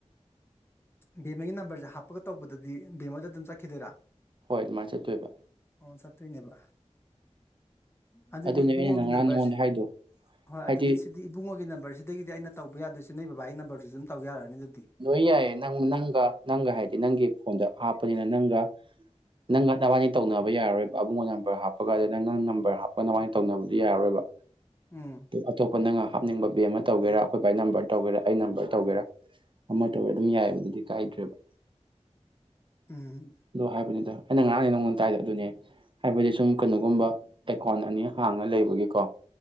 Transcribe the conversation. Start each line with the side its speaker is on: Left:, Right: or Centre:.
Left: ꯕꯦꯝ ꯃꯒꯤ ꯅꯝꯕꯔꯁꯦ ꯍꯥꯞꯄꯒ ꯇꯧꯕꯗꯗꯤ ꯕꯦꯝꯃꯣꯏꯗ ꯑꯗꯨꯝ ꯆꯠ ꯈꯈꯤꯦꯗꯔꯥ
Right: ꯍꯣꯏ ꯑꯗꯨꯃꯥꯏꯅ ꯆꯠꯇꯣꯏꯕ
Left: ꯑꯣ ꯆꯠꯇꯣꯏꯅꯦꯕ ꯑꯗꯨꯗꯤ
Right: ꯑꯗꯨꯅꯦ
Left: ꯏꯕꯨꯡꯉꯣꯒꯤ
Right: ꯑꯩꯅ ꯉꯔꯥꯡ
Left: ꯅꯝꯕꯔꯁꯦ
Right: ꯅꯉꯣꯟꯗ ꯍꯥꯏꯗꯣ
Left: ꯍꯣꯏ
Right: ꯍꯥꯏꯗꯤ
Left: ꯑꯗꯨꯗꯤ ꯁꯤꯗꯤ ꯏꯕꯨꯡꯉꯣꯒꯤ ꯅꯝꯕꯔꯁꯤꯗꯒꯤꯗꯤ ꯑꯩꯅ ꯇꯧ ꯕꯨ ꯌꯥꯗꯣꯏ ꯁꯤ ꯅ ꯕꯥ ꯅꯝꯕꯔꯗꯨ ꯑꯗꯨꯝꯧ ꯌꯥꯔꯅꯤ ꯑꯗꯨ
Right: ꯂꯣꯏ ꯌꯥꯏꯌꯦꯦ ꯅꯪ ꯅꯪꯒ ꯅꯪꯒ ꯍꯥꯏꯗꯤ ꯅꯪꯒꯤ ꯐꯣꯟꯗ ꯍꯥꯞꯄꯅꯤꯅ ꯅꯪꯒ ꯅꯪꯒ ꯅꯕꯥꯅꯤ ꯇꯧꯅꯕ ꯌꯥꯔꯔꯣꯏꯕ ꯑꯕꯨꯡꯉ ꯅꯝꯕꯔ ꯍꯥꯞꯄꯒ ꯑꯗꯨꯗ ꯅꯪ ꯅꯪ ꯅꯝꯕꯔ ꯍꯥꯞꯄꯒ ꯅꯕꯥꯅꯤ ꯇꯧꯅꯕꯗꯨ ꯌꯥꯔꯔꯣꯏꯕ
Left: ꯎꯝ
Right: ꯑꯇꯣꯞꯄ ꯅꯥ ꯍꯥꯞꯅꯤꯡꯕ ꯕꯤ ꯑꯃ ꯇꯧꯒꯦꯔꯥ ꯑꯩꯈꯣꯏ ꯕꯥꯏ ꯅꯝꯕꯔ ꯇꯧꯒꯦꯔꯥ ꯑꯩ ꯅꯝꯕꯔ ꯇꯧꯒꯦꯔꯥ ꯑꯃ ꯇꯧꯋꯦ ꯑꯗꯨꯝ ꯌꯥꯏꯑꯕꯗꯨꯗꯤ ꯀꯥꯏꯗ꯭ꯔꯦꯕ
Left: ꯎꯝ
Right: ꯑꯗꯣ ꯍꯥꯏꯕꯅꯤꯗ ꯑꯩꯅ ꯉꯔꯥꯡꯅꯦ ꯅꯪꯉꯣꯟ ꯇꯥꯏꯗ ꯑꯗꯨꯅꯦ ꯍꯥꯏꯕꯗꯤ ꯁꯨꯝ ꯀꯩꯅꯣꯒꯨꯝꯕ ꯑꯦꯀꯥꯎꯟ ꯑꯅꯤ ꯍꯥꯡꯉ ꯂꯩꯕꯒꯤꯀꯣ